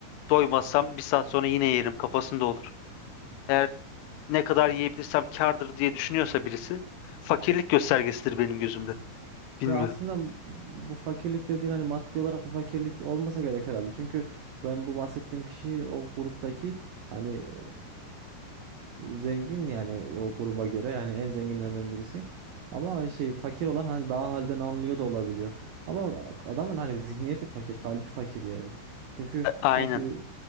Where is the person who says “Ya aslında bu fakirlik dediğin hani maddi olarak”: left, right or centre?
Right